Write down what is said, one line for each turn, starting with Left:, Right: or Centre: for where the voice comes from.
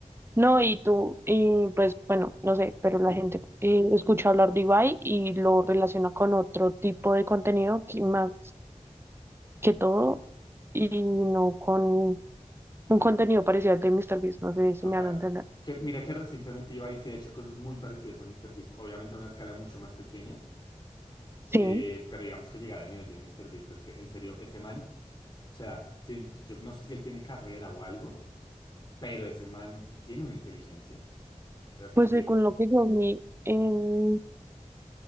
Right: No, y tú, y pues bueno, no sé, pero la
Left: Sí,
Right: gente eh, escucha hablar de Ibai y lo relaciona con otro tipo de contenido que más que todo y no con un contenido parecido al de MrBeast, no sé si
Left: total.
Right: me hago entender.
Left: Que, mira que recientemente Ibai sí ha hecho cosas muy parecidas a MrBeast, obviamente a una escala mucho más pequeña,
Right: Sí,
Left: eh, pero digamos que llegar al nivel de MrBeast es que, en serio, ese man, o sea, sí, yo no sé si él tiene carrera o algo, pero ese man tiene una inteligencia. O sea, porque
Right: pues según lo que yo vi en